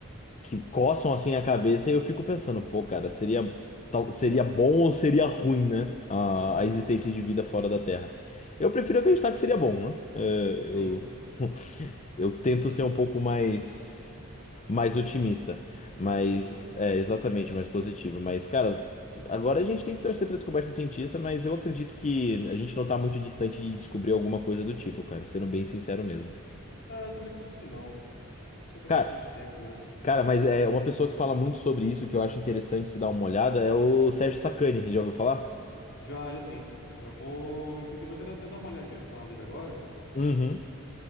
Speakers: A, on the left; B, on the left.
A: que coçam assim a cabeça e eu fico pensando, pô, cara, seria tal- seria bom ou seria ruim, né? A,
B: Uhum.
A: a existência de vida fora da Terra. Eu prefiro acreditar que seria bom, né? É,
B: Sim,
A: eu <laughs> eu tento ser um pouco mais mais otimista, mas
B: positivo, né?
A: é exatamente mais positivo, mas cara, Agora a gente tem que torcer pra descoberta do cientista, mas eu acredito que a gente não tá muito distante de descobrir alguma coisa do tipo, cara, sendo bem sincero mesmo.
B: É, eu também acredito que não. Só questão
A: Cara,
B: de questão de tempo mesmo.
A: Cara, mas é
B: Hum.
A: uma pessoa que fala muito sobre isso, que eu acho interessante se dar uma olhada, é o Sérgio Sacani, já ouviu falar?
B: Já, já sim. Eu vou, inclusive, até, até dar uma olhadinha no canal dele agora.
A: Uhum.